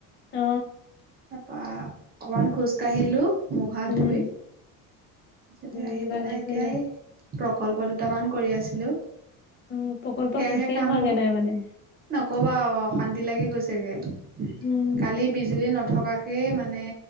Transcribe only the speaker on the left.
অ
উম
উম
ভালে
কৰিলা
উম প্ৰকল্প
শেষেই
হোৱাগে
নাই মানে
উম